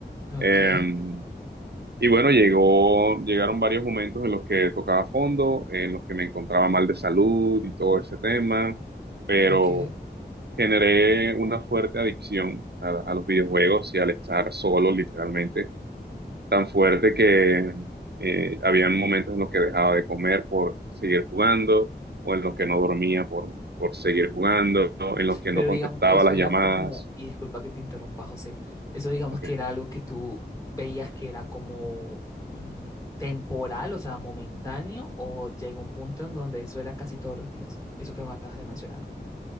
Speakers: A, on the left; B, on the right.
A: Ok,
B: Em, y bueno, llegó, llegaron varios momentos en los que tocaba fondo, en los que me encontraba mal de salud y todo ese tema pero
A: ok.
B: generé una fuerte adicción a, a los videojuegos y al estar solo, literalmente, tan fuerte que eh, habían momentos en los que dejaba de comer por seguir jugando, o en los que no dormía por, por seguir jugando, en los que
A: Pero
B: no contestaba
A: digamos que eso
B: las
A: era
B: llamadas.
A: como, y disculpa que te interrumpa, José, eso digamos
B: Ok.
A: que era algo que tú veías que era como mm, temporal, o sea, momentáneo, o llega un punto en donde eso era casi todos los días, eso que me acabas de mencionar.